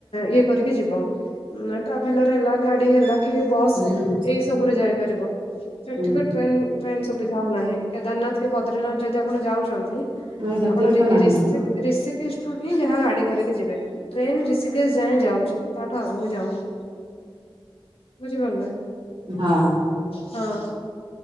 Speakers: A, on the left; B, on the right.
A: ଇଏ କରିକି ଯିବ। ଉଁ, ଏ ଟ୍ରାଭେଲର୍ ହେଲା ଗାଡି ହେଲା କି ବସ୍
B: ହୁଁ ହୁଁ
A: ଏଇ ସବୁରେ ଯାଇପାରିବ। ସେଠିକି
B: ହୁଁ
A: ଟ୍ରେନ୍ ଟ୍ରେନ୍ ସୁବିଧା ଆଉ ନାହିଁ। କେଦାରନାଥ କି ବଦ୍ରୀନାଥ ଯଦି ଆପଣ ଯାଉଚନ୍ତି
B: ନାଇଁ ସେତିକି
A: ଆପଣ
B: ତ
A: ରି-ରିଷିକ
B: ନାହିଁ
A: ରିଷି କେଶ ଠୁ ହିଁ ଯାହା ଗାଡି କରିକି ଯିବେ। ଟ୍ରେନ୍ ରିଷିକେଶ ଯାଏଁ ଯାଉଛି, ତାଠୁ ଆଗକୁ ଯାଉନି। ବୁଝି ପାରିଲେ?
B: ହଁ।
A: ହଁ।